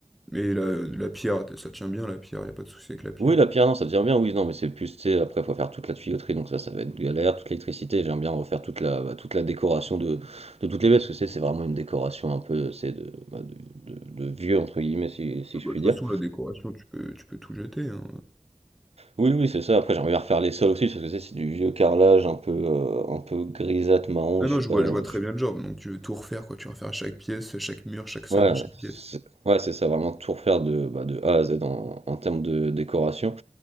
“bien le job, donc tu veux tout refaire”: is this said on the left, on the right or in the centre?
Centre